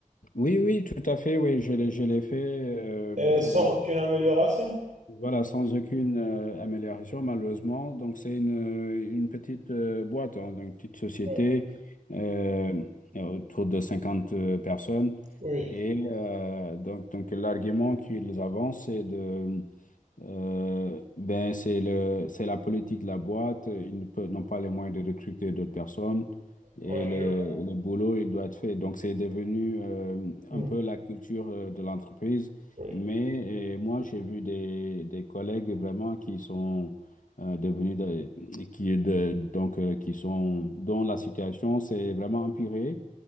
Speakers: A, on the left (about 70°); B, on the right (about 65°).
A: Oui, oui, tout à fait, oui, je l'ai, je l'ai fait. euh,
B: Et sans
A: donc,
B: aucune amélioration?
A: voilà, sans aucune euh, amélioration, malheureusement. Donc, c'est une, une petite euh, boîte, hein, donc une petite société
B: Oui,
A: euh, autour de 50 euh, personnes.
B: oui,
A: Et euh, donc, donc l'argument qu'ils avancent, c'est de, euh, ben c'est le, c'est la politique de la boîte. Ils ne peuvent- n'ont pas les moyens de recruter d'autres personnes et
B: oui,
A: le,
B: je vois.
A: le boulot, il doit être fait. Donc, c'est devenu euh, un
B: Mm.
A: peu la culture euh, de l'entreprise.
B: Oui,
A: Mais euh, moi, j'ai vu des, des collègues vraiment qui sont euh, devenus, de- qui, de, donc, euh, qui sont, dont la situation s'est vraiment empirée